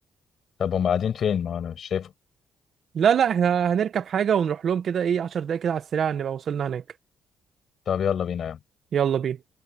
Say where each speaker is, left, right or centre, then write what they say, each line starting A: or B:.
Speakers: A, on the left; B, on the right.
A: طب هم قاعدين فين ما انا مش شايفه
B: لا لا احنا هنركب حاجه ونروح لهم كده ايه 10 دقايق كده على السريع نبقى وصلنا هناك
A: طب يلا بينا يا عم.
B: يلا بينا